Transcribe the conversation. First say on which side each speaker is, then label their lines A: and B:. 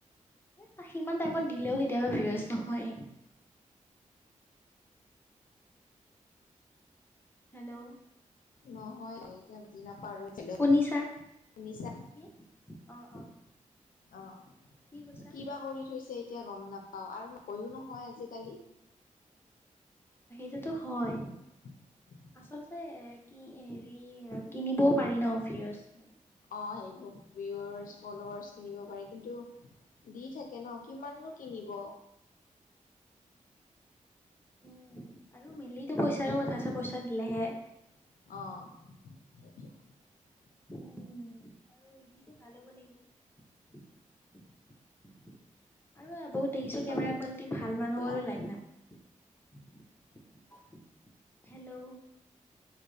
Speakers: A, on the left (about 15°); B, on the left (about 75°).
A: এ, সিমান টাইমত দিলেও কেতিয়াবা ভিউয়াৰ্স নহয় এ। হেল্ল'!
B: নহয় এতিয়া বুজি নাপাওঁ আৰু
A: শুনিছা?
B: <unintelligible> শুনিছা?
A: কি অ', অ'।
B: অ'
A: কি কৈছা?
B: কিবা কৰি থৈছে এতিয়া গম নাপা অ' আৰু নকৈও নহয় আজিকালি।
A: সেইটো হয়।
B: <inaudible>
A: আচলতে এ কি হেৰি কিনিবও পাৰি ন ভিউয়াৰ্স।
B: অ' সেইবোৰ ভিউয়াৰ্স ফলোআৰচ কিনিব পাৰি কিন্তু দি থাকে ন কিমাননো কিনিব।
A: উম আৰু মেনলিটো পইচাৰে কথা আছে পইচা দিলেহে।
B: অ'
A: উম আৰু ইজিতটো ভাল হ'ব লাগিল আৰু বহুত দেখিছো
B: কি ক
A: কেমেৰা কালিটি ভাল মানুহৰ
B: কলা
A: লাইক নাম <inaudible> হেল্ল'